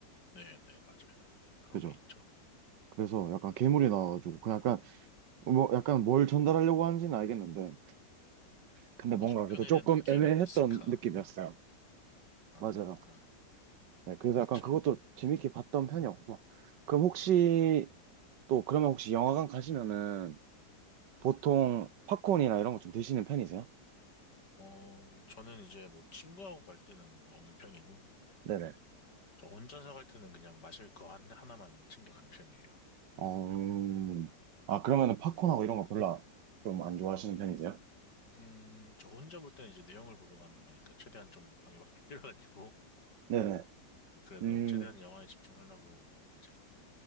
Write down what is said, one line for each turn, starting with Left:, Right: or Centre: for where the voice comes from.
Left: 네, 네, 맞아요. 예, 그런
Right: 그죠?
Left: 게 있죠.
Right: 그래서 약간 괴물이 나와가지고 그 약간 뭐 약간 뭘 전달하려고 하는지는 알겠는데 근데
Left: 뭔가
Right: 뭔가
Left: 속편에
Right: 그래도 조금
Left: 대한 느낌이
Right: 애매했던
Left: 아니었을까.
Right: 느낌이었어요.
Left: 아,
Right: 맞아요.
Left: 그렇구나.
Right: 네, 그래서
Left: 그쵸.
Right: 약간 그것도 재밌게 봤던 편이었고 그럼 혹시 또 그러면 혹시 영화관 가시면은 보통 팝콘이나 이런 거 좀 드시는 편이세요?
Left: 어, 저는 이제 뭐 친구하고 갈 때는 먹는 편이고,
Right: 네네.
Left: 저 혼자서 갈 때는 그냥 마실 거 한- 하나만 챙겨가는 편이에요.
Right: 어, 음. 아, 그러면은 팝콘하고 이런 거 별로 좀 안 좋아하시는 편이세요?
Left: 음, 저 혼자 볼 때는 이제 내용을 보려고 하는 거니까, 최대한 좀 방해받기 <laughs> 싫어가지고.
Right: 네네.
Left: 그래서
Right: 음,
Left: 최대한 영화에 집중하려고, 뭐, 이제,